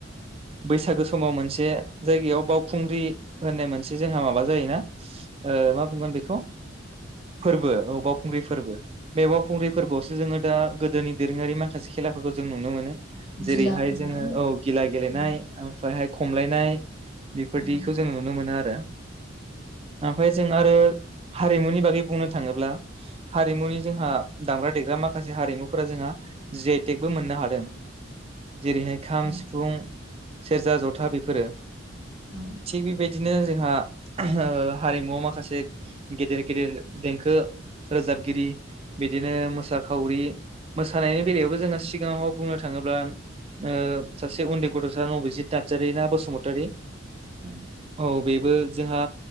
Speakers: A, on the right (about 30°); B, on the left (about 55°).
A: बैसागो समाव मोनसे जायगायाव बावखुंग्रि होननाय मोनसे जोंहा माबा जायोना ओ ओ मा बुंगोन बेखौ फोरबो औ बावखुंग्रि फोरबो । बे बावखुंग्रि फोरबोआवसो जोङो दा गोदोनि दोरोङारि माखासे खेलाफोरखौ जों नुनो मोनो । जेरैहाय
B: गिलाफोराहाय
A: जोङो औ गिला गेलेनाय
B: उम,
A: ओमफ्रायहाय खमलायनाय बेफोरदिखौ
B: औ
A: जों नुनो मोनो आरो ओमफ्राय जों आरो हारिमुनि बागै बुंनो थाङोब्ला हारिमुनि जोंहा दामग्रा देग्रा माखासे हारिमुफोरा जोंहा जि आइ टेक मो नो हादों। जेरैहाय खाम
B: उम,
A: सिफुं सेरजा जथा बेफोरो
B: औ
A: थिग बेबायदिनो जोंहा ओ हारिमुआव माखासे गेदेर गेदेर देंखो रोजाबगिरि बिदिनो मोसाखावरि मोसानायनि बेलायावबो जोंहा सिगाङाव बुंनो थाङोब्ला ओ सासे उन्दै गथ'सा नबजित नार्जारि ना बसुमतारि
B: औ
A: औ बेबो जोंहा